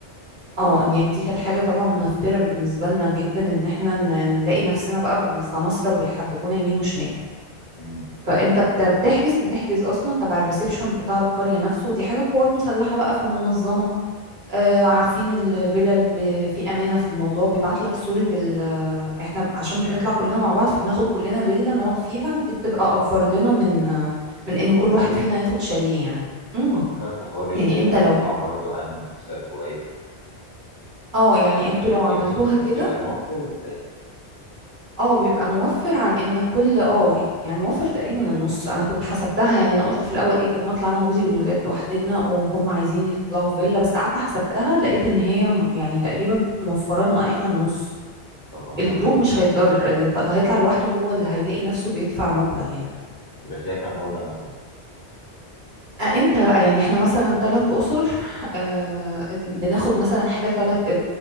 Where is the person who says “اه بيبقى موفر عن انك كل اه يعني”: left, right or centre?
Right